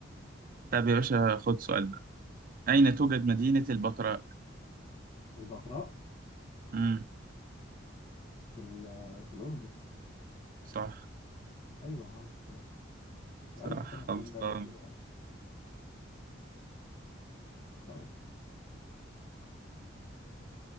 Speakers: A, on the right (about 45°); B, on the left (about 30°).
A: طب يا باشا خد السؤال ده أين توجد مدينة البتراء؟
B: البتراء
A: امم
B: في ال- في الاردن
A: صح
B: ايوه يا عم في إيه؟
A: صح
B: سالتك انا السؤال
A: خلصان
B: ده قبل كده طيب